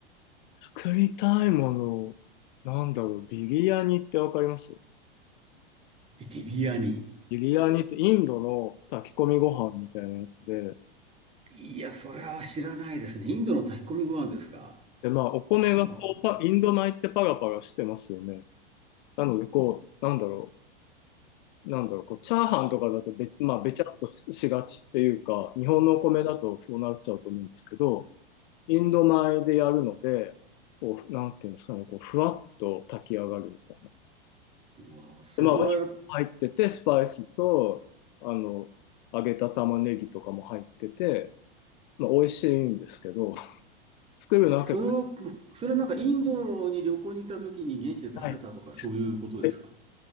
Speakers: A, on the left (about 55°); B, on the right (about 20°).
A: 作りたいもの、なんだろう、ビリヤニってわかります
B: ビビアニ。
A: ビリヤニってインドの炊き込みご飯みたいなやつで、
B: いや、それは知らないですね。インドの炊き込みご飯ですか。
A: で、まあ、お米がこう、
B: ああ、
A: パインド米ってパラパラしてますよね。なので、こう、なんだろう、なんだろう、こう、チャーハンとかだとべ、まあ、べちゃっとししがちっていうか、日本のお米だとそうなっちゃうと思うんですけど、インド米でやるので、こう、なんていうんですかね、こう、ふわっと炊き上がるみたいな。
B: うわそれはやっ
A: で、まあ、お肉入ってて、スパイスと、あの、揚げた玉ねぎとかも入ってて、まあ、美味しいんですけど、作るのは結構
B: それは、それはなんかインドに旅行に行った時に現地で食べたとかそういうことですか
A: ない。え、